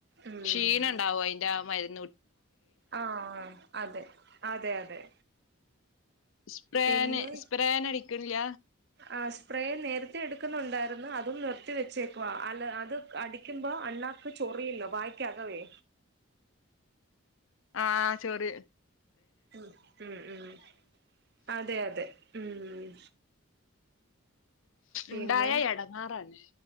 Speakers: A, on the right; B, on the left.
A: ഉം
B: ക്ഷീണണ്ടാവോ അതിന്റെ ആ മരു
A: ആഹ് അതെ അതെ അതെ
B: സ്പ്രേന്
A: പിന്നെ
B: സ്പ്രേന് അടിക്കണില്ല
A: ആഹ് സ്പ്രേ നേരത്തെ എടുക്കുന്നുണ്ടായിരുന്ന് അതും നിർ ത്തി വെച്ചേക്കുവാ അല് അത് അടിക്കുമ്പോ അണ്ണാക്ക് ചൊറിയില്ലോ വായ്ക്കകവേ
B: ആഹ് ചൊറി
A: ഉം-ഉം അതെ-അതെ ഉം ഉം പിന്നെ,
B: ഉണ്ടായ എടങ്ങാറാണ്